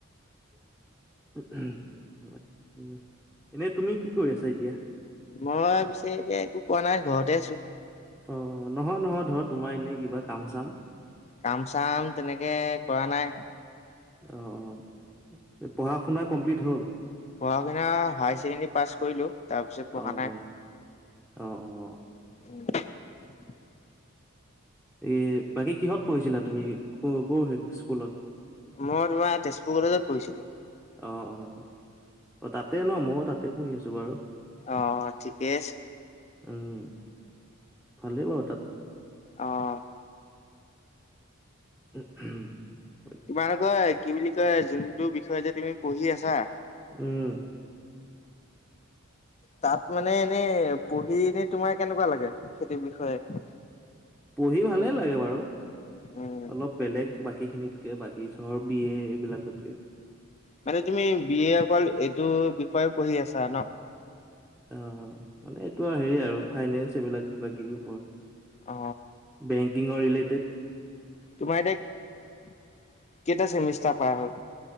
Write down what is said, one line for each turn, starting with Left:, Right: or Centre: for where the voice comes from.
Centre: <inaudible> এনে তুমি কি কৰি আছা এতিয়া?
Left: মই পিছে এতিয়া একো কৰা নাই, ঘৰতে আছোঁ।
Centre: অ' নহয় নহয়, ধৰ তোমাৰ এনেই কিবা কাম চাম?
Left: কাম চাম তেনেকে কৰা নাই।
Centre: অ', অ'। পঢ়া শুনা কমপ্লিট হ'ল?
Left: পঢ়া শুনা হায়াৰ ছেকেণ্ডৰী পাছ কৰিলোঁ তাৰপিছত পঢ়া
Centre: অ',
Left: নাই।
Centre: অ', অ', অ'।
Left: <inaudible>
Centre: এ, বাকী কিহত পঢ়িছিলা তুমি ক'ৰ ক'ৰ স্কুলত?
Left: মই তোমাৰ তেজপুৰ কলেজত পঢ়িছিলো।
Centre: অ', অ'। অ' তাতে ন' মইও তাতে পঢ়ি আছোঁ বাৰু।
Left: অঁ' ঠিকেই আছে।
Centre: উম' ভালেই বাৰু তাত।
Left: অঁ'
Centre: উম, হুম'।
Left: তোমালোকৰ কি বুলি কয় যোনটো বিষয় এতিয়া তুমি পঢ়ি আছা-
Centre: উম'
Left: তাত মানে এনেই পঢ়ি এনেই তোমাৰ কেনেকুৱা লাগে সেইটো বিষয়ে?
Centre: পঢ়ি ভালে লাগে বাৰু
Left: উম
Centre: অলপ বেলেগ বাকী খিনিত- বাকী ধৰ বি এ এইবিলাকতকে।
Left: মানে তুমি বি এ অকল এইটো বিষয়ে পঢ়ি আছা ন।
Centre: অঁ, মানে এইটো আৰু হেৰি আৰু ফাইনেন্স এইবিলাক কিবা কিবি ওপৰত।
Left: অ
Centre: বেংকিঙৰ ৰিলেটেড।
Left: তোমাৰ এতিয়া কেইটা চেমিষ্টাৰ পাৰ হ'ল?